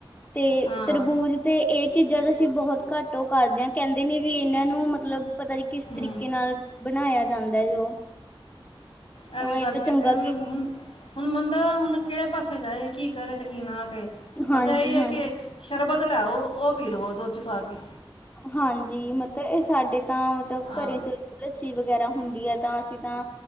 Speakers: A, on the left; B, on the left.
A: ਤੇ
B: ਹਾਂ
A: ਤਰਬੂਜ ਤੇ ਏ ਚੀਜ਼ਾਂ ਤਾਂ ਅਸੀਂ ਬਹੋਤ ਘੱਟ ਓ ਕਰਦੇ ਆ ਕੈਂਦੇ ਨੇ ਵੀ ਏਨਾਂ ਨੂੰ ਮਤਲਬ ਪਤਾ ਨੀ ਕਿਸ
B: ਹੂੰ
A: ਤਰੀਕੇ ਨਾਲ ਬਨਾਏਆ ਜਾਂਦਾ ਜੋ
B: ਐ
A: ਤਾਂ
B: ਵੀ
A: ਇਹ
B: ਗੱਲ
A: ਤਾਂ
B: ਫੈਕਟ
A: ਚੰਗਾ
B: ਐ ਓਨਾਂ
A: ਕਿ
B: ਨੂੰ ਹੁਨ ਹੁਨ ਬੰਦਾ ਹੁਨ ਕੇੜੇ ਪਾਸੇ ਜਾਏ ਕੀ ਕਰੇ ਤੇ ਕੀ ਨਾ ਕਰੇ
A: ਹਾਂਜੀ
B: ਬਸ ਐਈ ਐ
A: ਹਾਂਜੀ
B: ਕੇ ਸ਼ਰਬਤ ਲੈ ਆਓ ਓ ਪੀ ਲਵੋ ਦੁੱਧ ਚ ਪਾ ਕੇ।
A: ਹਾਂਜੀ ਮਤਲਬ ਏ ਸਾਡੇ ਤਾਂ ਮਤਲਬ
B: ਹਾਂ
A: ਘਰੇ ਚ ਲੱਸੀ ਵਗੈਰਾ ਹੁੰਦੀ ਐ ਤਾਂ ਅਸੀਂ ਤਾਂ